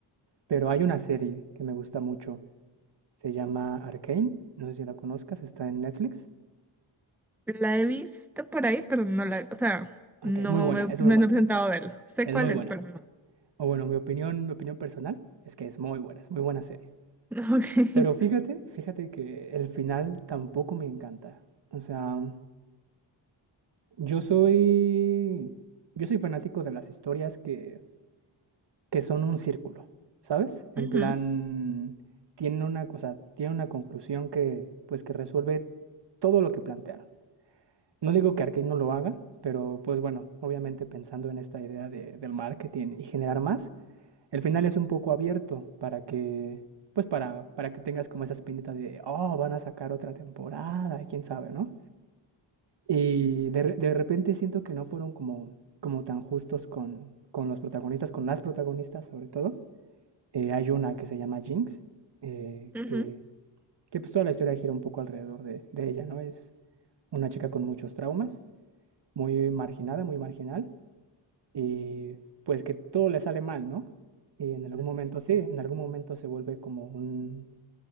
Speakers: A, on the right; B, in the centre.
A: pero hay una serie que me gusta mucho, se llama Arcane, no sé si la conozcas, está en Netflix,
B: La he visto por ahí, pero no la, o sea,
A: aunque
B: no
A: es muy buena,
B: me,
A: es
B: no
A: muy buena,
B: me he sentado
A: ¿eh?
B: a verlo. Sé
A: Es
B: cuál
A: muy
B: es,
A: buena.
B: pero no.
A: O bueno, mi opinión, mi opinión personal es que es muy buena, es muy buena serie.
B: <laughs> Ok.
A: Pero fíjate, fíjate que el final tampoco me encanta. O sea, Yo soy. Yo soy fanático de las historias que, que son un círculo, ¿sabes? En
B: Ujú,
A: plan, tiene una cosa, tiene una conclusión que, pues, que resuelve todo lo que plantearon. No digo que Arkane no lo haga, pero pues bueno, obviamente pensando en esta idea de- del marketing y generar más, el final es un poco abierto para que, pues para, para que tengas como esa espinita de, oh, van a sacar otra temporada, y quién sabe, ¿no? Y de, re- de repente siento que no fueron como, como tan justos con, con los protagonistas, con las protagonistas sobre todo. Eh, hay una que se llama Jinx, eh,
B: ujú.
A: que, que pues toda la historia gira un poco alrededor de, de ella, ¿no? Es una chica con muchos traumas, muy marginada, muy marginal, y pues que todo le sale mal, ¿no? Y en algún momento sí, en algún momento se vuelve como un,